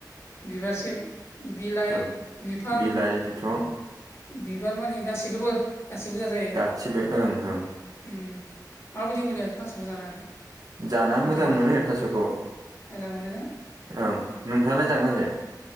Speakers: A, on the left; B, on the right.
A: बिबारसिम बिलाइ
B: ओं
A: बिफां
B: बिलाइ बिंथं
A: बिबार मानि गासैखोबो गासिबो जाजायो
B: गासिबो ओं ओं
A: उम माबायदि मोनो थासखौ जानानै
B: जाना
A: नोंथाङा
B: मोजां मोनो थास'खौ
A: मोजां मोनो ना
B: ओं नोंथाङालाय जागोन ना जाया